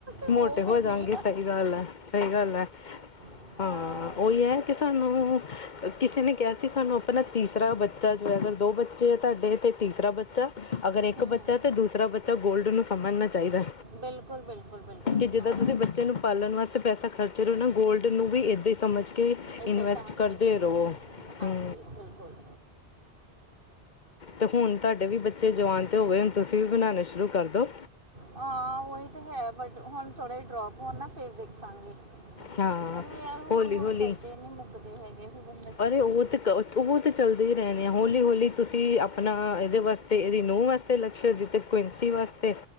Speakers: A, on the right (about 50°); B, on the left (about 50°).
A: ਉਹ
B: ਮੋਟੇ ਹੋ
A: ਫੇਰ
B: ਜਾਂਗੇ
A: ਨਹੀਂ
B: ਸਹੀ ਗੱਲ ਹੈ ਸਹੀ ਗੱਲ ਐ
A: ਆਹ,
B: ਹਾਂ ਉਹੀ ਹੈ ਕਿ ਸਾਨੂੰ ਕਿਸੇ ਨੇ ਕਿਹਾ ਸੀ ਸਾਨੂੰ ਆਪਣਾ ਤੀਸਰਾ ਬੱਚਾ ਜੋ ਹੈ ਅਗਰ ਦੋ ਬੱਚੇ ਆ ਤੁਹਾਡੇ ਤੇ ਤੀਸਰਾ ਬੱਚਾ ਅਗਰ ਇੱਕ
A: ਹਮ
B: ਬੱਚਾ
A: ਹਮ
B: ਤੇ ਦੂਸਰਾ ਬੱਚਾ ਗੋਲਡ ਨੂੰ ਸਮਝਣਾ ਚਾਹੀਦੈ
A: ਬਿਲਕੁਲ ਬਿਲਕੁਲ ਬਿਲਕੁਲ
B: ਕਿ ਜਿੱਦੋ
A: ਹਾਂ
B: ਤੁਸੀਂ ਬੱਚੇ ਨੂੰ ਪਾਲਣ ਵਾਸਤੇ ਪੈਸਾ ਖਰਚਰੇ ਹੋ ਨਾ ਗੋਲਡ ਨੂੰ ਵੀ ਇੱਦਾਂ ਹੀ ਸਮਝ ਕਿ
A: ਇਦਾਂ
B: ਇਨਵੈਸਟ
A: ਹੀ ਸਮਝ
B: ਕਰਦੇ
A: ਕੇ ਚੱਲੋ
B: ਰਓ
A: ਹਾਂਜੀ
B: ਹ
A: ਬਿਲਕੁਲ
B: ਤੇ ਹੁਣ ਤੁਹਾਡੇ ਵੀ ਬੱਚੇ ਜਵਾਨ ਤੇ ਹੋ ਗਏ ਹੁਣ ਤੁਸੀਂ ਵੀ ਬਣਾਣੇ ਸ਼ੁਰੂ ਕਰਦੋ
A: ਹਾਂ ਉਹੀ ਤੇ ਹੈ ਬਟ ਹੁਣ ਥੋੜ੍ਹਾ ਜ ਡਰੋਪ ਹੋਣ ਨਾ ਫੇਰ ਦੇਖਾਂਗੇ
B: ਹਾਂ
A: ਅਰੇ ਯਾਰ ਹੋਰ
B: ਹੌਲੀ
A: ਹੋਰ
B: ਹੌਲੀ
A: ਖਰਚੇ ਨਹੀਂ ਮੁੱਕਦੇ ਹੈਗੇ ਫੇਰ ਬੰਦਾ ਕੀ
B: ਅਰੇ
A: ਕਰੇ
B: ਉਹ ਤੇ ਕ ਉਹ ਤਾਂ ਚੱਲਦੇ ਹੀ ਰਹਿਣੇ ਆ ਹੌਲੀ ਹੌਲੀ ਤੁਸੀਂ ਆਪਣਾ ਇਹਦੇ ਵਾਸਤੇ ਇਹਦੀ ਨੂੰਹ ਵਾਸਤੇ ਲੱਕਸ਼ ਦਿੱਤੇ ਕੁਇਸੀ ਵਾਸਤੇ